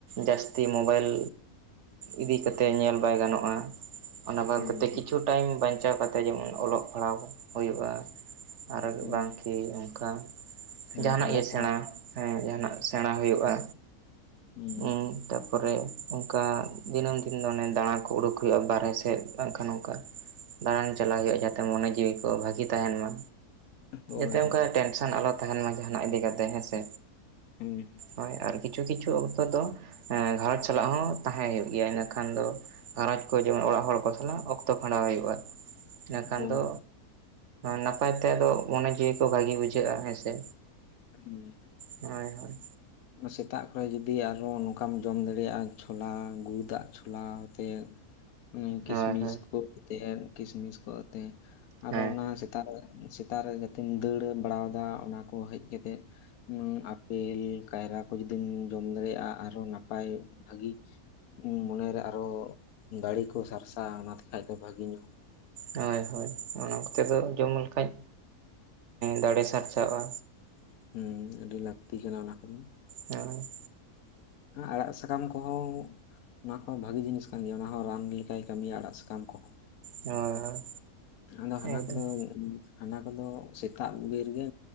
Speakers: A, on the right (about 60°); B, on the left (about 75°).
A: ᱡᱟᱹᱥᱛᱤ ᱢᱚᱵᱟᱭᱤᱞ ᱤᱫᱤ ᱠᱟᱛᱮ ᱧᱮᱞ ᱵᱟᱭ ᱜᱟᱱᱚᱜᱼᱟ᱾ ᱚᱱᱟ ᱵᱟᱫ
B: ᱦᱳᱭ
A: ᱠᱟᱛᱮ
B: ᱦᱳᱭ
A: ᱠᱤᱪᱷᱩ ᱴᱟᱭᱤᱢ ᱵᱟᱧᱪᱟᱣ ᱠᱟᱛᱮ ᱡᱮᱢᱚᱱ ᱚᱞᱚᱜ ᱯᱟᱲᱦᱟᱣ ᱦᱩᱭᱩᱜᱼᱟ᱾ ᱟᱨ
B: ᱦᱮᱸ
A: ᱵᱟᱝ ᱠᱤ ᱚᱱᱠᱟ
B: ᱦᱮᱸ
A: ᱡᱟᱦᱱᱟᱜ
B: ᱚᱞᱚᱜ
A: ᱜᱮ ᱥᱮᱬᱟ
B: ᱯᱟᱲᱦᱟᱜ
A: ᱦᱮᱸ ᱡᱟᱦᱟᱸᱱᱟᱜ ᱥᱮᱬᱟ ᱦᱩᱭᱩᱜᱼᱟ᱾
B: ᱦᱩᱸ
A: ᱩᱸ ᱛᱟᱯᱚᱨᱮ ᱚᱱᱠᱟ ᱫᱤᱱᱟᱹᱢ ᱫᱤᱱ ᱫᱚ ᱚᱱᱮ ᱫᱟᱬᱟ ᱠᱚ ᱩᱰᱩᱠ ᱦᱩᱭᱩᱜᱼᱟ, ᱵᱟᱦᱨᱮ ᱥᱮᱫ ᱵᱟᱝᱠᱷᱟᱱ ᱚᱱᱠᱟ ᱫᱟᱬᱟᱱ ᱪᱟᱞᱟᱜ ᱦᱩᱭᱩᱜᱼᱟ ᱡᱟᱛᱮ ᱢᱚᱱᱮ ᱡᱤᱣᱤ ᱠᱚ ᱵᱷᱟᱹᱜᱤ ᱛᱟᱦᱮᱱ ᱢᱟ᱾
B: ᱦᱳᱭ
A: ᱡᱟᱛᱮ
B: ᱦᱳᱭ
A: ᱚᱱᱠᱟ ᱴᱮᱱᱥᱚᱱ ᱟᱞᱚ ᱛᱟᱦᱮᱱ ᱢᱟ ᱡᱟᱦᱟᱱᱟᱜ ᱤᱫᱤ ᱠᱟᱛᱮ ᱦᱮᱸᱥᱮ᱾
B: ᱦᱮᱸ
A: ᱦᱳᱭ ᱟᱨ ᱠᱤᱪᱷᱩ ᱠᱤᱪᱷᱩ ᱚᱠᱛᱚ ᱫᱚ ᱜᱷᱟᱨᱚᱸᱡᱽ ᱥᱟᱞᱟᱜ ᱦᱚᱸ ᱛᱟᱦᱮᱸᱟᱸ ᱦᱩᱭᱩᱜ ᱜᱮᱭᱟ ᱤᱱᱟᱹ ᱠᱷᱟᱱ ᱫᱚ, ᱜᱸᱷᱟᱨᱚᱸᱡᱽ ᱠᱚ ᱡᱮᱢᱚᱱ ᱚᱲᱟᱜ ᱦᱚᱲ ᱠᱚ ᱥᱟᱞᱟᱜ ᱚᱠᱛᱚ ᱠᱷᱟᱸᱰᱟᱣ ᱦᱩᱭᱩᱜᱼᱟ᱾ ᱤᱱᱟᱹᱠᱷᱟᱱ
B: ᱦᱳᱭ
A: ᱫᱚ ᱱᱟᱯᱟᱭᱛᱮ ᱟᱫᱚ ᱢᱚᱱᱮ ᱡᱤᱣᱤ ᱠᱚ ᱵᱷᱟᱹᱜᱮ ᱵᱩᱡᱷᱟᱹᱜᱼᱟ ᱦᱮᱸᱥᱮ᱾
B: ᱦᱮᱸ
A: ᱦᱳᱭ ᱦᱳᱭ
B: ᱚᱱᱟ ᱥᱮᱛᱟᱜ ᱠᱚᱨᱮ ᱡᱩᱚᱫᱤ ᱟᱨᱦᱚ ᱱᱚᱝᱠᱟᱢ ᱡᱚᱢ ᱫᱟᱲᱤᱭᱟᱜᱼᱟ ᱪᱷᱚᱞᱟ ᱜᱩᱲ ᱫᱟᱜ ᱪᱷᱚᱞᱟ ᱟᱛᱮᱫ ᱦᱩᱸ ᱠᱤᱥᱢᱤᱥ
A: ᱦᱳᱭ ᱦᱳᱭ
B: ᱠᱚ ᱮᱛᱮ ᱠᱤᱥᱢᱤᱥ ᱠᱚ ᱟᱛᱮ ᱟᱨᱚ
A: ᱦᱮᱸ
B: ᱚᱱᱟ
A: ᱦᱮᱸ
B: ᱥᱮᱛᱟᱜ ᱨᱮ ᱥᱮᱛᱟᱜ ᱨᱮ ᱡᱟᱛᱮᱢ ᱫᱟᱹᱲ ᱵᱟᱲᱟᱣᱟᱫᱟ ᱚᱱᱟᱠᱚ ᱦᱮᱡ ᱠᱟᱛᱮᱜ ᱟᱯᱮᱞ ᱠᱟᱭᱨᱟ ᱠᱚ ᱡᱚᱫᱤᱢ ᱧᱩ ᱡᱚᱢ ᱫᱟᱲᱮᱭᱟᱜᱼᱟ ᱟᱨᱦᱚ ᱱᱟᱯᱟᱭ ᱵᱷᱟᱜᱤ ᱢᱚᱱᱮᱨᱮ ᱟᱨᱚ ᱫᱟᱲᱮ ᱠᱚ ᱥᱟᱨᱥᱟᱜᱼᱟ ᱚᱱᱟ ᱛᱮ ᱠᱷᱟᱡ ᱫᱚ ᱵᱷᱟᱜᱤ ᱧᱚᱜ
A: ᱦᱳᱭ ᱦᱳᱭ ᱚᱱᱟ ᱠᱚᱛᱮ ᱫᱚ ᱡᱚᱢ ᱞᱮᱠᱷᱟᱡ ᱫᱟᱲᱮ ᱥᱟᱨᱥᱟᱣᱜᱼᱟ
B: ᱦᱩᱸ ᱟᱹᱰᱤ ᱞᱟᱹᱠᱛᱤ ᱠᱟᱱᱟ ᱚᱱᱟ ᱠᱚᱫᱚ
A: ᱦᱮᱸ
B: ᱟᱲᱟᱜ ᱥᱟᱠᱟᱢ ᱠᱚᱦᱚᱸ ᱚᱱᱟ ᱠᱚᱦᱚᱸ ᱵᱷᱟᱜᱤ ᱡᱤᱱᱤᱥ ᱠᱟᱱ ᱜᱮᱭᱟ ᱚᱱᱟᱦᱚᱸ ᱨᱟᱱ ᱞᱮᱠᱟᱭ ᱠᱟᱹᱢᱤᱭᱟ ᱟᱲᱟᱜ ᱥᱟᱠᱟᱢ ᱠᱚᱦᱚᱸ
A: ᱦᱳᱭ ᱦᱳᱭ
B: ᱟᱫᱚ ᱦᱟᱱᱟ
A: ᱮᱠᱫᱚᱢ
B: ᱠᱚᱫᱚ ᱦᱟᱱᱟ ᱠᱚᱫᱚ ᱥᱮᱛᱟᱜ ᱵᱮᱨ ᱜᱮ